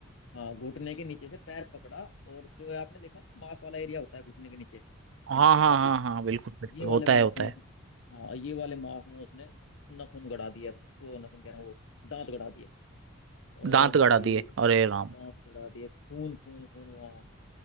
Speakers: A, on the left; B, on the right.
A: हाँ घुटने के नीचे से पैर पकड़ा और जो है आपने देखा ना, मांस वाला एरिया होता है घुटने के नीचे
B: हाँ हाँ
A: काफी
B: हाँ हाँ बिल्कुल बिल्कुल
A: ये वाले
B: होता है
A: मांस
B: होता
A: में
B: है
A: उसने हाँ ये वाले मांस में उसने नाखून गड़ा दिए अपने वो नाखून कह रहा हूँ वो दांत गड़ा दिए और
B: दांत गड़ा
A: भाई
B: दिए अरे राम
A: दांत कड़ा दिए खून खून खून वहाँ